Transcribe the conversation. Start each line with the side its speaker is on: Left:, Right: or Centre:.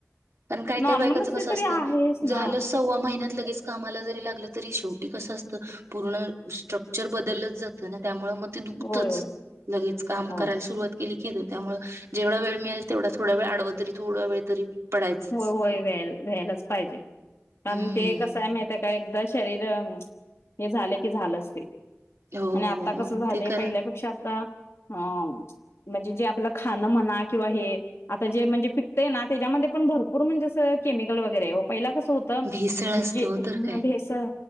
Right: पण काय, काय
Left: नॉर्मल
Right: बायकांच
Left: असली
Right: कस असतं
Left: तरी आहेच ना
Right: झालं सव्वा महिन्यात लगेच कामाला जरी लागलं तरी शेवटी कसं असतं. पूर्ण स्ट्रक्चर बदलच जातं ना. त्यामुळे मग ते दुखतच.
Left: होय होय
Right: लगेच काम
Left: होय
Right: करायला सुरुवात केली, केली त्यामुळं जेवढा वेळ मिळेल तेवढा थोडा वेळ आडव तरी थोडा वेळ तरी पडायचंच
Left: होय, होय, व्हाय व्यायलाच पाहिजे. कारण
Right: हम्म
Left: ते कसंय माहिती आहे का य. एकदा शरीर, हे झाल की झालंच ते.
Right: हो
Left: आणि आता
Right: हो मग
Left: कसं झालंय
Right: ते कारण
Left: पहिल्यापेक्षा आता हा, म्हणजे जे आपलं खाणं म्हणा किंवा हे आता जे म्हणजे पिकतय ना तेज्या मध्ये पण भरपुर म्हणजे अस केमिकल वगैरे आहे वो. पहिला कस होत
Right: भेसळ असते
Left: जे,
Right: हो तर
Left: ह
Right: काय
Left: भेसळ